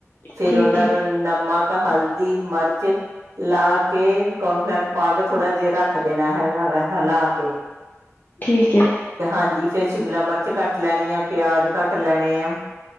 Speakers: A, on the right; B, on the left.
A: ਫੇਰ
B: ਠੀਕ
A: ਉਹਨਾਂ
B: ਹੈ
A: ਨੂੰ ਨਮਕ ਹਲਦੀ ਮਿਰਚ ਲਾ ਕੇ ਕੌਣ ਲੈਣ ਪਾ ਕੇ ਥੋੜ੍ਹਾ ਜਿਹਾ ਰੱਖ ਦੇਣਾ ਹੈਗਾ ਵਾ ਹਿਲਾ ਕੇ
B: ਠੀਕ ਹੈ।
A: ਹਾਂਜੀ ਫੇਰ ਸ਼ਿਮਲਾ ਮਿਰਚ ਕੱਟ ਲੈਣੀ ਆ। ਪਿਆਜ ਕੱਟ ਲੈਣੇ ਆ।